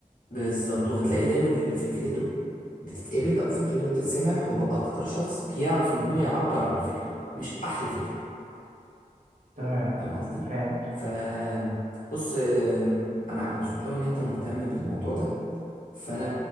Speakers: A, on the left; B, on the right.
A: بالظبط وهتلاقي دايما اللي فكرته بتتقبل او فكرته بتتسمع هو اكتر شخص بيعرف ان هو يعبر عن الفكرة مش احلى فكرة
B: تمام
A: فاهم
B: تمام،
A: قصدي
B: فهمت
A: ف بص آم، انا مبسوط قوي ان انت مهتم بالموضوع ده فانا